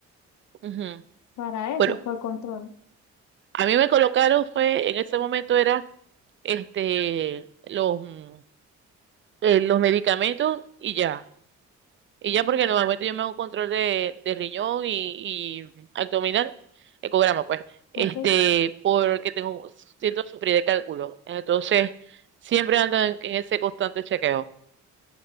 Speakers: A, on the right; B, on the left.
A: Ujú.
B: para eso,
A: Bueno,
B: por control,
A: a mí me colocaron fue, en ese momento era, este, los, mm, eh, los medicamentos y ya. Y ya porque normalmente yo me hago un control de, de riñón y, y abdominal, ecograma pues,
B: ¿ok?
A: este, porque tengo, siento sufrir de cálculo. Entonces, siempre ando en en ese constante chequeo.